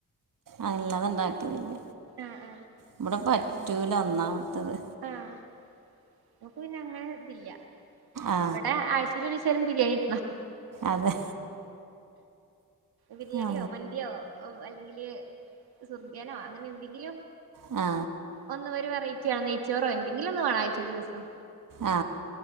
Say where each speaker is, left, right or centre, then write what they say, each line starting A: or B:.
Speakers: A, on the right; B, on the right.
A: അല്ലാതെ ഇണ്ടാക്കലില്ല.
B: ആഹ് ആഹ്
A: ഇവിടെ പറ്റൂല ഒന്നാമത്തത്.
B: ആഹ് നമുക്ക് പിന്നെ അങ്ങനെ ഇതില്ല.
A: ആ
B: ഇവിടെ ആഴ്ചീല് ഒരിസേങ്കിലും ബിരിയാണി കിട്ടണം.
A: അതെ.
B: ബിരിയാണിയോ,
A: ആ
B: മന്തിയോ, ഒ വ അല്ലെങ്കില് സുബ്യാനോ അങ്ങനെ എന്തെങ്കിലും.
A: ആ.
B: ഒന്ന് വരെ വെറൈറ്റി വേണം. നെയ്ച്ചോറോ എന്തെങ്കിലും ഒന്ന് വേണം, ആഴ്ച്ചയിൽ ഒരു ദിവസം.
A: ആ